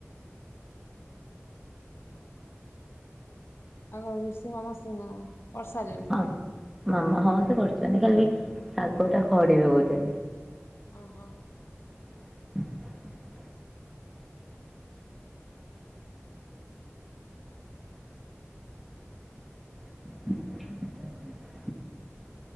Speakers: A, on the left (about 60°); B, in the centre.
A: ଆଉ ରୋଷେଇ ମାମା କରିସାରିଲେଣି।
B: ହଁ ମାମା ହଁ ସେ କରୁଛନ୍ତି ଖାଲି ଶାଗ ଟା ଖଡିବେ ବୋଧେ।
A: ଓହୋ।
B: <unintelligible> <inaudible>